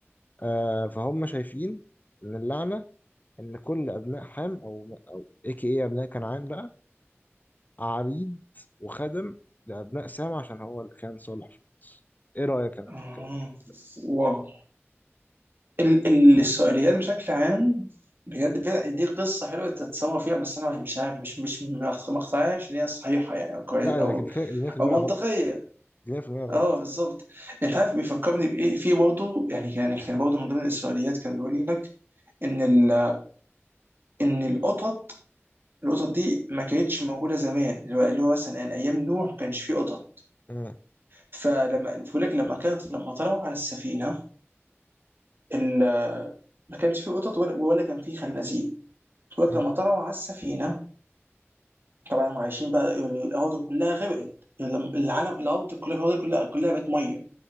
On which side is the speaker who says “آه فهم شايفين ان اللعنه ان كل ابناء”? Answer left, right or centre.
Left